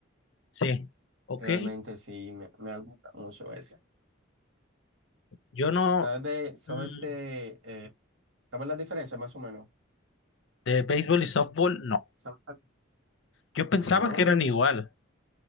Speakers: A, on the left; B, on the right.
A: sí. Ok.
B: Realmente sí, me, me gusta mucho eso.
A: Yo no.
B: ¿Sabes de, sabes
A: mm,
B: de, eh, sabes la diferencia más o menos?
A: de béisbol y softball, no.
B: ¿Sabes?
A: Yo pensaba
B: No.
A: que eran igual